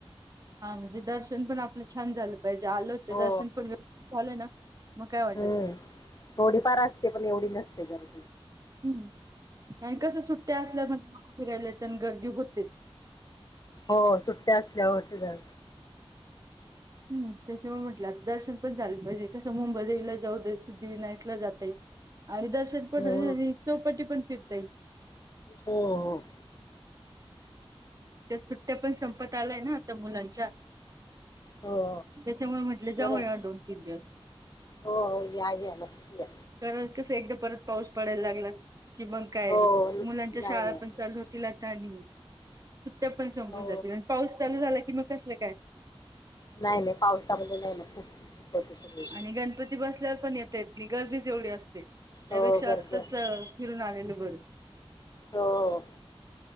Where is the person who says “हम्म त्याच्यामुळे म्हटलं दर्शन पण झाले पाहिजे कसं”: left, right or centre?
Right